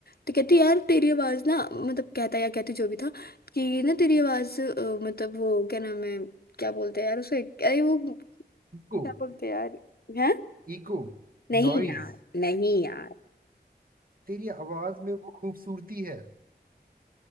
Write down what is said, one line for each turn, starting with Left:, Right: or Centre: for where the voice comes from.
Left: तो कहती यार तेरी आवाज़ ना मतलब कहता या कहती जो भी था कि ना तेरी आवाज़ अ, मतलब वो क्या नाम है क्या बोलते हैं यार उसे अरे वो
Right: किसको?
Left: क्या बोलते हैं यार हैं
Right: इको
Left: नहीं
Right: नॉइज
Left: यार नहीं यार
Right: तेरी आवाज में वो खूबसूरती है